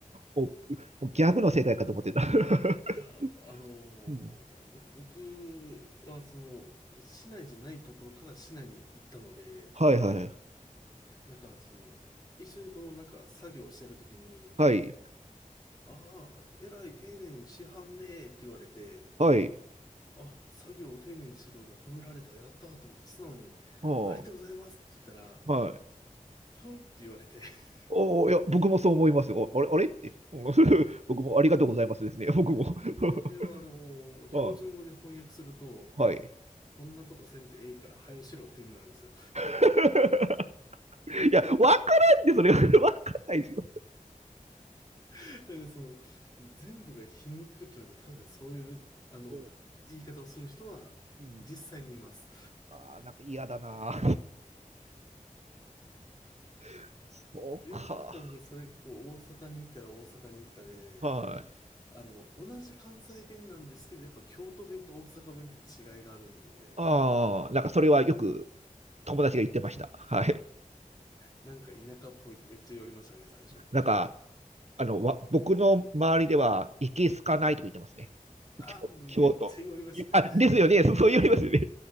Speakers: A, on the right (about 50°); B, on the left (about 25°).
A: う、もう、もうギャグの世界かと思ってた。<laughs>
B: いや、あの
A: うん
B: ーなんか僕は、その、市内じゃないところから市内に行ったので、
A: はいはい。
B: なんか、その、一緒にこの、なんか、作業をしてるときに、
A: はい。
B: ああ、えらい丁寧にしはんねえって言われて、
A: はい。
B: あ、作業を丁寧にしてるの褒められた、やったーと思って素直に、
A: は
B: ありがとうございますって言ったら、
A: あ、はい。
B: ふんって言われて、<laughs>
A: おお、いや、僕もそう思いますよ。おあれ、あれって。うん <laughs> 僕もありがとうございますですね。僕も。<laughs>
B: それはあの、標準語に翻訳すると、
A: はい。はい。
B: そんなことせんてええから、はよしろって意味なんですよ。
A: <laughs> いや、わからんって、それ。<laughs> わかんないですよ。
B: <laughs> だからその、全部が皮肉というか、確かにそういう、あの、
A: うん
B: こ言い方をする人は、
A: うん
B: 実際にいます。
A: ああ、なんか嫌だな。<laughs> そうか。
B: で、またなんかそれがこう、大阪に行ったら大阪に行ったで、
A: はい。
B: あの、同じ関西弁なんですけど、やっぱ京都弁と大阪弁って違いがあるんで、
A: ああ、なんかそれはよく友達が言ってました。はい。
B: なんか田舎っぽいってめっちゃ言われましたね、最初。
A: なんか、あの、わ僕の周りでは、いけすかないとか言ってますね。
B: ああ、
A: 京京都。
B: めっちゃ言われましたね。
A: あ、ですよね。そそう言われますよね。